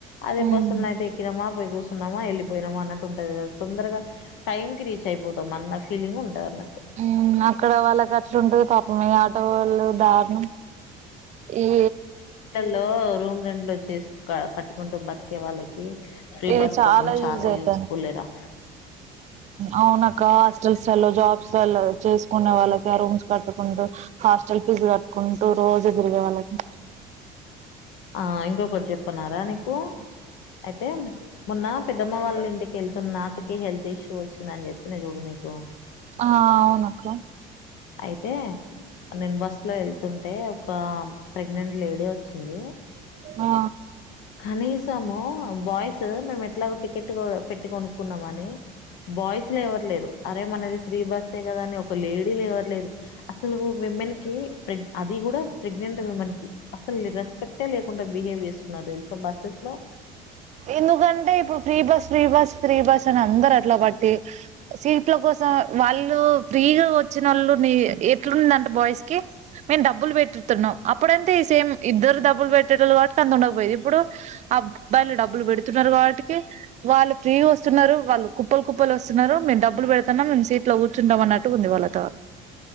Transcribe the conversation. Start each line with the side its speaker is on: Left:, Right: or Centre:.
Left: అదే
Right: ఉమ్
Left: బస్సల్ నైతె ఎక్కినమాం పొయి కూస్తున్నామా, వెళ్ళిపోయినామా అన్నట్టు ఉంటది క తొందరగా టైమ్ కి రీచ్ అయిపోతాం అన్న ఫీలింగ్ ఉంటుందిన్న
Right: హు అక్కడ వాళ్ళ ఖర్చు ఉంటది. పాపం ఆటో వాళ్ళు దారుణం. ఈ
Left: లో రూమ్ రెంట్లు వచ్చేసి కట్టుకుంటూ బతికే వాళ్ళకి ఫ్రీ
Right: ఇది
Left: బస్
Right: చాలా
Left: పాపం
Right: యూజ్ అయితాంది.
Left: యూజ్ఫుల్ లేరా
Right: అవును అక్క హాస్టల్ జాబ్స్ చేసుకునే వాళ్ళకి, రూమ్స్ కట్టుకుంటూ హాస్టల్ ఫీజు కట్టుకుంటూ రోజు తిరిగే వాళ్ళకి
Left: ఆ ఇంకొకటి చెప్పన్నారా నీకు అయితే మొన్న పెద్దమ్మ వాళ్ళ ఇంటికి కెళ్తున్న అక్కకి హెల్త్ ఇష్యూ వచ్చింది అని చెప్పి నా చూడు నీకు.
Right: ఆ అవును అక్క
Left: అయితే నేను బస్ లో ఎళ్తుంటే ఒకా ప్రెగ్నెంట్ లేడీ వచ్చిందీ.
Right: ఆ
Left: కనీసమో బాయ్స్ ఆ మేము ఎట్లాగు టికెట్ కొ పెట్టి కొనుక్కున్నామ్ అనీ బాయ్స్ల ఎవరు లేరు. అరే మనది ఫ్రీ బస్సే కదా అని ఒక లేడీ లెవట్ లేదు. అసలూ విమెన్ కీ ప్రెగ్ అది గూడా ప్రెగ్నెంట్ విమెన్ కి, అస్సల్ రెస్పెక్టే లేకుండ బిహేవ్ చేస్తు నాక్ తెల్సు బస్సెస్ లో
Right: ఎందుకంటే ఇప్పుడు free bus free bus free bus అని అందరు అట్ల బట్టి, సీట్ల కోసం వాళ్లూ ఫ్రీగా వచ్చినోళ్ళు. నీ ఎట్లుందంటె బాయ్స్ కి, మేమ్ డబ్బులు పెట్టుతున్నం, అప్పుడంతే ఈ సేమ్ ఇద్దరు డబ్బులు పెట్టేటోళ్ళు కాబట్టి అంత ఉండకపోయేది. ఇప్పుడూ అబ్బాయిలు డబ్ డబ్బులు పెడుతున్నరు కాబట్టికి, వాళ్ళు ఫ్రీగ వస్తున్నరూ, వాళ్ళు కుప్పలు కుప్పలు వస్తున్నరూ, మేమ్ డబ్బులు పెడుతన్నం సీట్లో కూర్చుంటం అన్నట్టు గుంది వాళ్ళ థాట్.